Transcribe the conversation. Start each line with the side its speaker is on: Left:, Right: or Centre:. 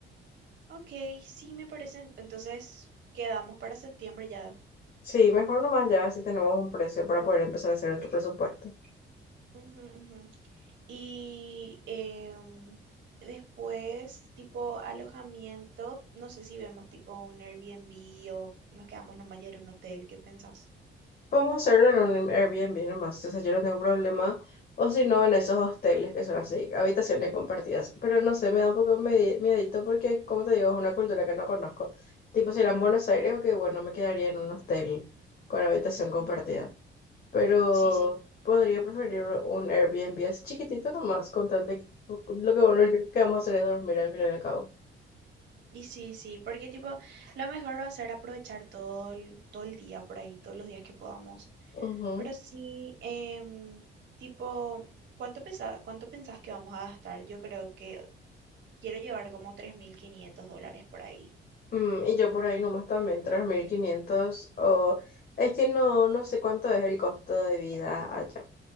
Right: Ok, sí, me parece. Entonces quedamos para septiembre ya.
Left: Sí, mejor nomás ya si tenemos un precio para poder empezar a hacer nuestro presupuesto.
Right: Ujú, ujú. Y em, después, tipo alojamiento, no sé si vemos tipo un Airbnb o nos quedamos nomás ya en un hotel. ¿Qué pensás?
Left: Vamos a hacerlo en un Airbnb nomás, o sea, yo no tengo problema, o si no, en esos hosteles que son así, habitaciones compartidas, pero no sé, me da un poco medi- miedito porque, como te digo, es una cultura que no conozco, tipo si era en Buenos Aires, ok, bueno, me quedaría en un hostel con habitación compartida,
Right: Ujú.
Left: pero
Right: Sí, sí.
Left: podría preferir un un Airbnb así chiquitito nomás, con tal de lo que bueno, lo que vamos a hacer es dormir al final y al cabo.
Right: Y sí, sí, porque tipo, lo mejor va a ser aprovechar todo el, todo el día por ahí, todos los días que podamos.
Left: Ujú.
Right: Pero sí, em, tipo, ¿cuánto pesa, cuánto pensás que vamos a gastar? Yo creo que quiero llevar como 3.500 dólares por ahí.
Left: Mm, y yo por ahí nomás también, 3.500 o... Es que no, no sé cuánto es el costo de vida allá,